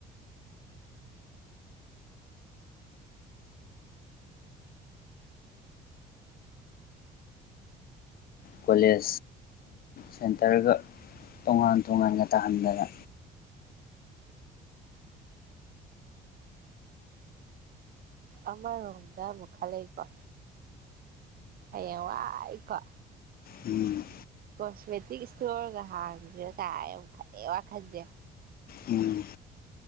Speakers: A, on the left (about 60°); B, on the right (about 60°).
A: ꯀꯣꯂꯦꯖ ꯁꯦꯟꯇꯔꯒ ꯇꯣꯉꯥꯟ ꯇꯣꯉꯥꯟꯅ ꯇꯥꯍꯟꯗꯅ
B: ꯑꯃꯥ ꯔꯣꯝꯗ ꯑꯃꯨ ꯈꯥꯂꯩꯀꯣ ꯑꯌꯦꯡꯋꯥꯏ ꯀꯣ
A: ꯎꯝ
B: ꯀꯣꯁꯃꯦꯇꯤꯛ ꯏꯁꯇꯣꯔꯒ ꯍꯥꯡꯁꯤꯔꯥ ꯀꯥꯏ ꯑꯃꯨ ꯈꯜꯂꯦ ꯋꯥꯈꯜꯁꯦ
A: ꯎꯝ